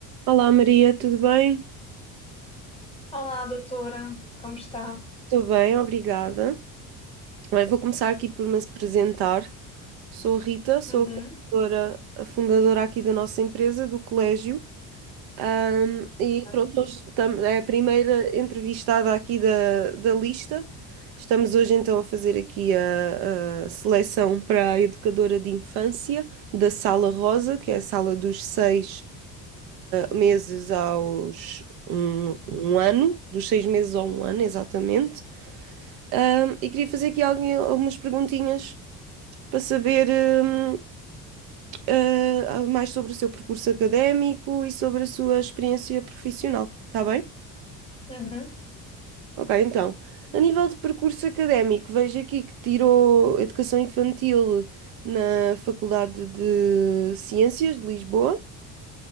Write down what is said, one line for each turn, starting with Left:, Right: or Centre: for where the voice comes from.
Right: Olá Maria, tudo bem?
Left: Olá, doutora, como está?
Right: Estou bem, obrigada. Bem, vou começar aqui por me apresentar. Sou a Rita, sou
Left: Uhum,
Right: a fundadora, a fundadora aqui da nossa empresa, do colégio. Ahm, e
Left: Bem,
Right: pronto, hoje tam- é a primeira entrevistada aqui da, da lista. Estamos hoje então a fazer aqui a, a seleção para a educadora de infância da Sala Rosa, que é a sala dos seis. meses aos um, um ano, dos seis meses ao um ano, exatamente. Ahm, e queria fazer aqui alguém, algumas perguntinhas para saber hum, ah, ah, mais sobre o seu percurso académico e sobre a sua experiência profissional, está bem?
Left: uhum.
Right: Ok, então, a nível de percurso académico, vejo aqui que tirou Educação Infantil na Faculdade de Ciências de Lisboa.